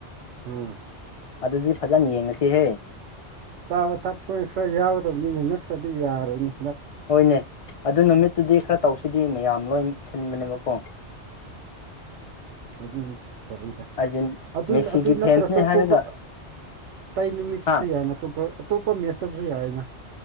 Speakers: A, on the right; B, on the left.
A: ꯎꯝ
B: ꯑꯗꯨꯗꯤ ꯐꯖꯅ ꯌꯦꯡꯉꯁꯤꯍꯦ
A: ꯆꯥꯕ ꯊꯛꯄ ꯈꯔ ꯌꯥꯎꯒꯗꯕꯅꯤꯅ ꯅꯠꯇ꯭ꯔꯗꯤ ꯌꯥꯔꯣꯏꯅꯦ
B: ꯅꯦ ꯑꯗꯨ ꯅꯨꯃꯤꯠꯇꯨꯗꯤ ꯈꯔ ꯇꯧꯁꯤꯗꯤ ꯃꯌꯥꯝ ꯂꯣꯏ ꯁꯤꯟꯕꯅꯦꯕꯀꯣ
A: ꯑꯗꯨ ꯑꯗꯨ ꯐ
B: ꯑꯥꯔꯖꯦꯟ
A: ꯑꯗꯨ
B: ꯃꯦꯁꯤꯒꯤ
A: ꯑꯗꯨ ꯅꯠꯇ꯭ꯔꯁꯨ
B: ꯐꯦꯟꯁꯅꯦ
A: ꯑꯇꯣꯞꯄ
B: ꯍꯥꯏꯔꯒ
A: ꯑꯇꯩ ꯅꯨꯃꯤꯠꯁꯨ
B: ꯍꯥ
A: ꯌꯥꯏꯅ ꯑꯇꯣꯞꯄ ꯑꯇꯣꯞꯄ ꯃꯦꯁꯇꯁꯨ ꯌꯥꯏꯅ